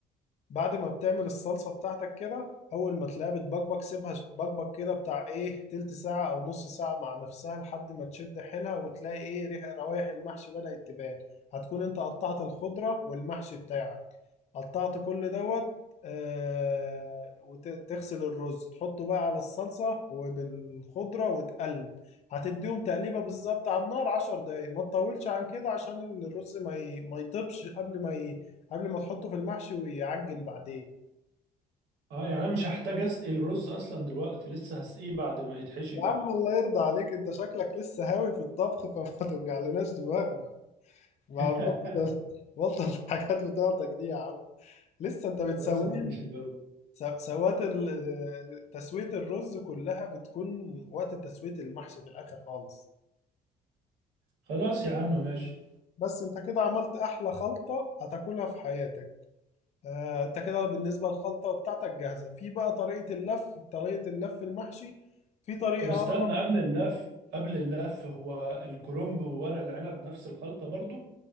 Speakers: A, on the left; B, on the right.
A: بعد ما بتعمل الصلصة بتاعتك كده أول ما تلاقيها بتبقبق سيبها تبقبق كده بتاع إيه تلت ساعة أو نص ساعة مع نفسها لحد ما تشد حيلها وتلاقي إيه ريح روايح المحشي بدأت تبان هتكون أنت قطعت الخضرة والمحشي بتاعك قطعت كل دوت آه وتغسل الرز تحطه بقى على الصلصة وبالخضرة وتقلب هتديهم تقليبة بالظبط على النار عشر دقايق ما تطولش عن كده عشان الرز ما ي- ما يطيبش قبل ما ي... قبل ما تحطه في المحشي ويعجن بعدين
B: اه يعني انا مش هحتاج اسقي الرز اصلا دلوقتي لسه هسقيه بعد ما يتحشي
A: يا
B: بقى
A: عم الله يرضى عليك انت شكلك لسه هاوي في الطبخ فما <laughs> توجعلناش دماغنا ما
B: <laughs>
A: بطل بطل الحاجات بتاعتك دي يا عم لسه انت بتسويه
B: خلاص يا عم مش هجاوب
A: س- سوات ال- تسوية الرز كلها بتكون وقت تسوية المحشي في الآخر خالص
B: خلاص يا عم ماشي
A: بس انت كده عملت أحلى خلطة هتاكلها في حياتك آه، انت كده بالنسبة للخلطة بتاعتك جاهزة في بقى طريقة اللف طريقة اللف المحشي في طريقة
B: طب استنى قبل اللف قبل اللف هو الكرنب وورق العنب نفس الخلطة برضو